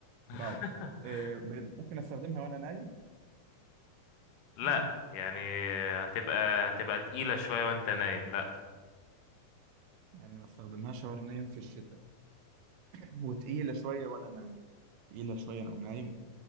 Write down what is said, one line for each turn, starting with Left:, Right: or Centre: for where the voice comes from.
Left: <laughs>
Right: طب آه، ب- ممكن استخدمها وانا نايم
Left: لا
Right: <clears throat>
Left: يعني هتبقى هتبقى تقيلة شوية وانت نايم لا
Right: يعني ما استخدمهاش وانا نايم في الشتاء <clears throat> وتقيلة شوية وانا نايم تقيلة شوية انا نايم